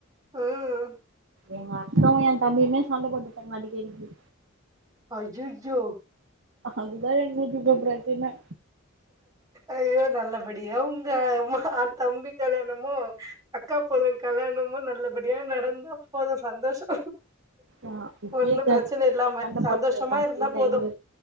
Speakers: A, on the right (about 15°); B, on the right (about 65°).
A: உம்
B: எங் அக்கா ஏ தம்பியுமே சண்டப்போட்டுப்பாங்க அடிக்கடிக்கி
A: அய்யய்யோ
B: அதுதா எங்களுக்கு சூப்பரு பின்ன
A: ஐயோ நல்லபடியா உங்க ஆதம்பி கல்யாணமும் அக்கா பொண்ணுங்க கல்யாணமும் நல்ல படியா நடந்தா போது சந்தோஷோ
B: ஆக இப்பயே
A: ஒன்னும் பிரச்சன இல்லாம
B: சண்ட
A: சந்தோஷமா
B: போட்டுட்டு இருக்காங்க
A: இருந்தா
B: இல்ல
A: போதும்
B: இங்க